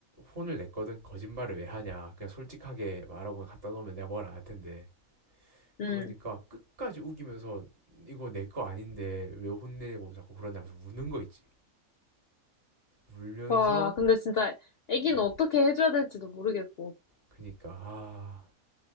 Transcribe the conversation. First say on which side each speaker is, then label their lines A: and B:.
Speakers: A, on the right; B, on the left.
A: 혼을 냈거든. 거짓말을 왜 하냐. 그냥 솔직하게 말하고 갖다 놓으면 내가 뭘 안 할 텐데.
B: 음,
A: 그러니까 끝까지 우기면서 이거 내 거 아닌데 왜 혼내고 자꾸 그러냐면서 우는 거 있지. 울면서
B: 와, 근데 진짜 애기는
A: 어
B: 어떻게 해줘야 될지도 모르겠고.
A: 그니까 아